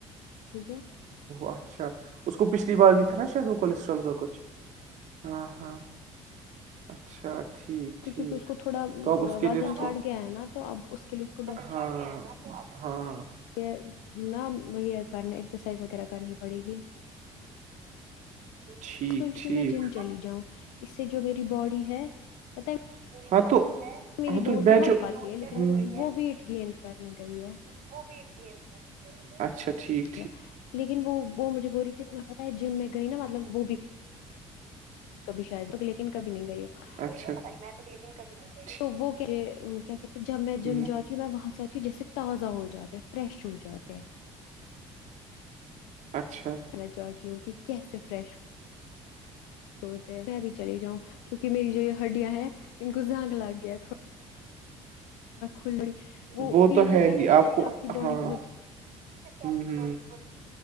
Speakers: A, on the left; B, on the right.
A: ٹھیک ہے
B: اچھا اس کو پچھلی بار بھی تھا نا شاید وہ کولسٹرول کا کچھ ہاں ہاں اچھا ٹھیک
A: کیکہ
B: ٹھیک
A: اس کو تھوڑا
B: تو اب اس کے
A: وازن
B: لیے اس
A: چاڑٹ گیا ہے نا تو اب اس کے لیے اس کو
B: ہاں ہاں
A: یہ ن یہ کرنے ایکسرسائز وغیرہ کرنی پڑے گی
B: ٹھیک
A: سوچ
B: ٹھیک
A: کہ میں جم چلی جاؤں اس سے جو میری باڈی ہے پتا
B: ہاں تو
A: میری
B: ہاں تو
A: دوست
B: بیچو
A: بہت پتلی ہے لیکن
B: ہ
A: وہ وہ ویٹ گین کرنے گئی ہے
B: وہ بیٹ گ س اچھا ٹھیک
A: کیا لیکن وہ مجھے بو رہ تھی تو میں پتا ہے جم میں گئی نا مطلب وہ بھی کبھی شاید تو لیکن کبھی نہیں گئی وہ
B: اچھ ب میں تو لیکن کبھی نہیں
A: تو وہ کہ کیا کہتے ہیں جب میں
B: کیا
A: جم جاتی ہوں میں وہاں سے آتی ہوں جس سے تازہ ہو جاتا ہے فریش ہو جاتا ہے
B: اچھا
A: چاہتی ہوں کہ کیسے فریش س میں بھی چلی جاؤں کیونکہ میری جو یہ ہڈیا ہیں انن کو جانگ لگ گیا تھوڑا کھلی
B: وہ
A: فیل
B: تو ہے
A: ہوتا
B: ہی
A: نا کہ
B: آپ
A: جیسے
B: کو
A: کی باڈی
B: ہاں
A: بہت
B: ہ ہوں